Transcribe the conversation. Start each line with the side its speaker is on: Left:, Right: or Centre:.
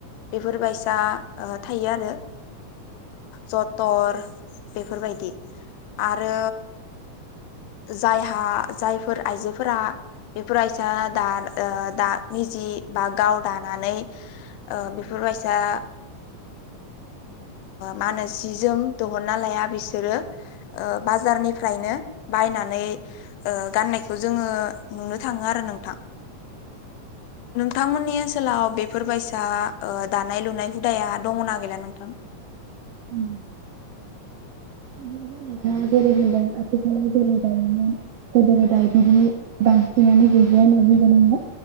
Left: बेफोर बायसा थायो आरो जथर बेफोरबायदि आरो जायहा जायफोर आइजोफोरा बेफोर बायसा दा ओ दा निजि बा गाव दानानै बेफोर बायसा माहोनो जि जोम दिहुना लाया बिसोरो ओ बाजारनिफ्रायनो बायनानै नै गाननायखौ जोङो नुनो थाङो आरो नोंथां। नोंथांमोननि ओनसोलाव बेफोर बायसा दानाय लुनाय हुदाया दङना गैला नोंथां?
Right: औ नोंथाङा जेरै होनदों आथिखालाव जेरै दायोमोन गोदो गोदायनि बांसिनानो गैलिया होनना बुंगोनोनङो।